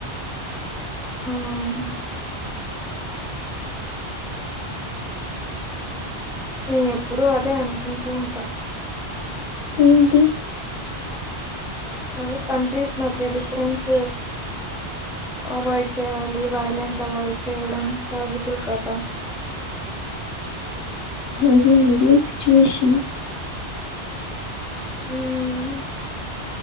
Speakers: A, in the centre; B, on the left.
A: ఆ ఆవును నేను ఎప్పుడు అదే అనుకుంటూ ఉంటా
B: ఏంటి
A: అే కంట్రీస్ మధ్య డిఫరెన్స్ అవాయిడ్ చేయాలి వైలెన్స్ అవాయిడ్ చేయడం పసిబుల్ కదా
B: అదే ఎదొ సిచువేషన్
A: మ్మ్